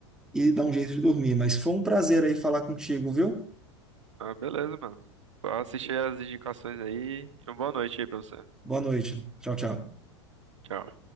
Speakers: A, in the centre; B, on the right (about 80°).
A: e dar um jeito de dormir. Mas foi um prazer aí falar contigo, viu?
B: Ah, beleza, mano. Vou assistir as indicações aí e uma boa noite aí pra você.
A: Boa noite. Tchau, tchau.
B: Tchau.